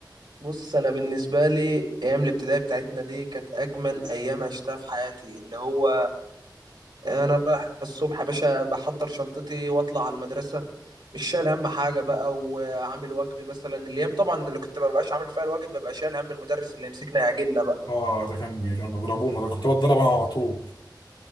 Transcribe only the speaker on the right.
بص انا بالنسبه لي ايام الابتدائي بتاعتنا دي كانت اجمل ايام عشتها في حياتي اللي هو انا رايح الصبح يا باشا بحضر شنطتي واطلع على المدرسه مش شايل هم حاجه بقى وعامل واجبي مثلا الايام طبعا اللي كنت ما ببقاش عامل فيها الواجب ببقى شايل هم المدرس اللي يمسكنا يعجلنا بقى